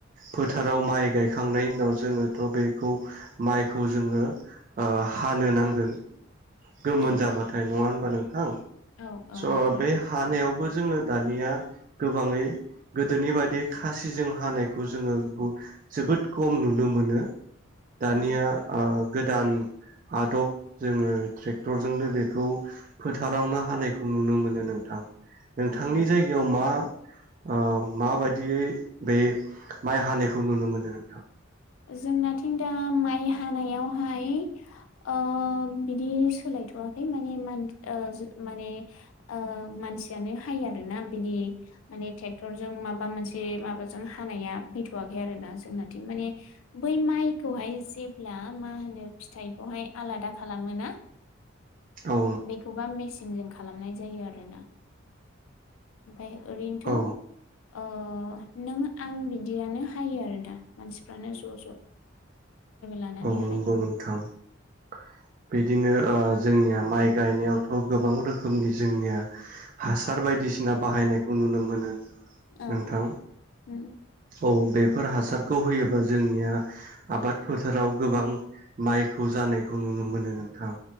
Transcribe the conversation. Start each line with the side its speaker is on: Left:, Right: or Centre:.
Right: फोथाराव माइ गायखांनायनि उनाव जोङोथ' बेखौ माइखौ जोङो ओ हानो नांगोन गोमोन
Left: औ
Right: जाबाथाय नङा होनबा नोंथां
Left: औ औ
Right: स'
Left: नंगौ
Right: बे हानायाव बो जोङो दानिया गोबाङै गोदोनि बायदि खासिजों हानायखौ जोङो जोबोद खम नुनो मोनो दानिया
Left: औ
Right: आ गोदान आदब जोङो ट्रेक्टरजोंनो बेखौ फोथारावनो हानायखौ नुनो मोनो नोंथां नोंथांनि
Left: नंगौ
Right: जायगायाव मा? ओ माबायदियै बे माइ हानायखौ नुनो मोनो नोंथां?
Left: जोंनाथिं दा माइ हानायावहाय ओ बिदि सोलायथ'वाखै माने माने ओ मानसियानो हायो आरोना बिदि माने ट्रेक्टरजों माबा मोनसे माबाजों हानाया फैथ'वाखै आरोना जोंनाथिं माने बै माइखौहाय जेब्ला मा होनो फिथाइखौहाय आलादा खालामो ना
Right: औ
Left: बेखौबा मिसि मिसिनजों खालामनाय जायो आरोना ओमफ्राय ओरैनोथ'
Right: औ
Left: ओ नों आं बिदियानो हायो आरो दा मानसि फ्रानो ज' ज' लानानै
Right: औ नंगौ
Left: हायो
Right: नोंथां बे बिदिनो ओ जोंनिया माइ गायनायावथ' गोबां रोखोमनि जोंनिया हासार बायदिसिना बाहायनायखौ नुनो मोनो
Left: औ
Right: नोंथां
Left: ओं
Right: औ बेफोर हासारखौ होयोबा जोंनिया आबादफोर थाराव गोबां माइखौ जानायखौ नुनो मोनो नोंथां